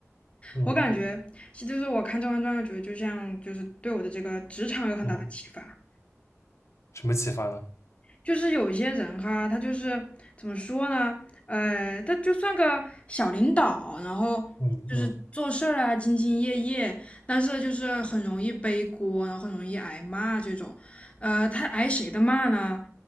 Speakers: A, on the left (about 65°); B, on the left (about 25°).
A: 嗯
B: 我感觉，其实就是我看《甄嬛传》，又觉得就像就是对我的这个职场有很大的启发。
A: 嗯，什么启发呢？
B: 就是有一些人哈，他就是怎么说呢？呃，他就算个小领导，然后就是做事儿啊，
A: 嗯嗯
B: 兢兢业业，但是就是很容易背锅，然后很容易挨骂这种。呃，他挨谁的骂呢？